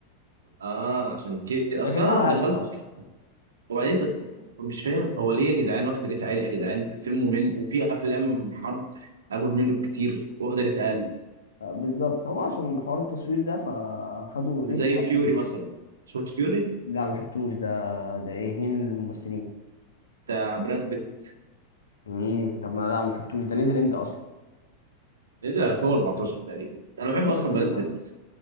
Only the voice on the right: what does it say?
اه عشان كده
اصلا
دخلت
وبعدين دخ... مش فاهم هو ليه يا جدعان واخده ريت عالي يا جدعان فيلم ممل وفي افلام حرب اجمد منه كتير واخده ريت اقل
زي
فيوري
مثلا شفت فيوري
بتاع براد بيت
نزل 2014 تقريبا انا بحب
اصلا
براد
بيت